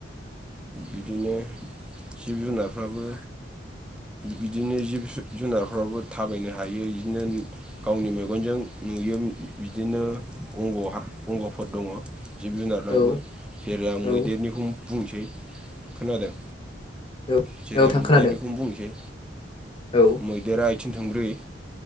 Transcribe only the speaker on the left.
औ
औ
औ
नोंथां
खोनादों
औ